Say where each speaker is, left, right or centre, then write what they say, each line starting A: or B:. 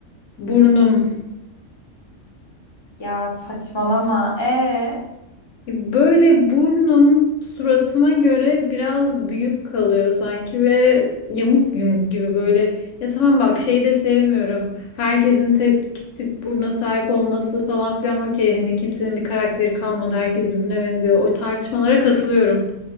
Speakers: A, on the left; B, on the left.
A: Burnum.
B: Ya saçmalama. Ee,
A: Ya Böyle burnum suratıma göre biraz büyük kalıyor sanki ve yamuk yumuk gibi böyle. Ya tamam bak şeyi de sevmiyorum. Herkesin tip, tip buruna sahip olması falan filan okey. Hani kimsenin bir karakteri kalmadı. Herkes birbirine benziyor. O tartışmalara katılıyorum.